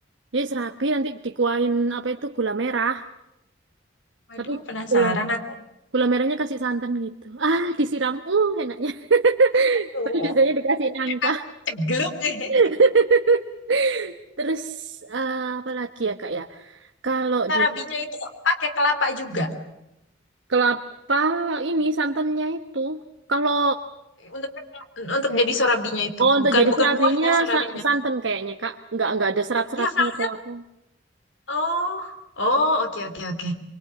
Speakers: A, on the right; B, on the left.
A: Jadi serabi nanti dikuahin apa itu gula merah.
B: Waduh,
A: Tapi
B: penasaran
A: gula
B: aku.
A: gula merahnya kasih santan gitu. <laughs> Ah disiram. Uh enaknya. <laughs>
B: Tuh,
A: Tapi biasanya dikasih nangka.
B: aku cegluk <laughs>
A: <laughs> Terus eh, apa lagi ya Kak ya? Kalau
B: Surabinya
A: di
B: itu pakai kelapa juga.
A: kelapa ini santannya itu, kalau
B: Untuk untuk jadi surabinya itu,
A: oh untuk
B: bukan
A: jadi
B: bukan
A: serabinya
B: kuahnya Oh, gitu. surabinya.
A: sa- santan kayaknya Kak, nggak nggak ada serat-seratnya
B: Iya kan?
A: kelapa.
B: Oh, oh, oke oke oke.